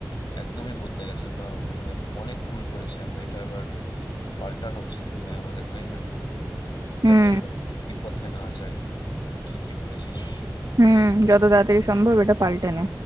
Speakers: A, on the left; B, on the right.
A: একদমই বদলে গেছে না আমি মানে অনেক ভুল করেছি আমরা এটা এবার পাল্টানো উচিত বোধহয় আমাদের তাই না
B: হুম
A: যাতে আমরা বিপথে না যাই ঠিকই বলেছিস
B: হুম যত তাড়াতাড়ি সম্ভব এটা পাল্টে নে